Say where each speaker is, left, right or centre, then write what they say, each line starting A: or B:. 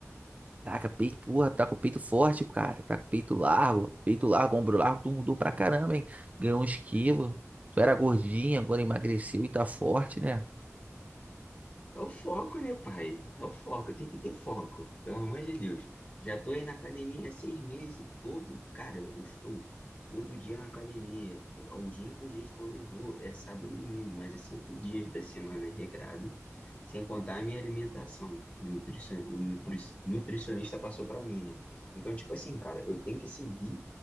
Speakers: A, on the right; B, on the left.
A: Caraca, peito, porra, tá com o peito forte, cara. Tá com o peito largo, peito largo, ombro largo. Tu mudou pra caramba, hein? Ganhou uns quilos. Tu era gordinha, agora emagreceu e tá forte, né?
B: É o foco, né, pai? É o foco, tem que ter foco, pelo amor de Deus. Já tô aí na academia há seis meses, todo, cara, eu estou todo dia na academia. Os únicos dias que eu não vou é sábado e domingo, mas é cinco dias da semana é recrado, sem contar a minha alimentação, que o, nutricion... o nutri- nutricionista passou pra mim, né? Então, tipo assim, cara, eu tenho que seguir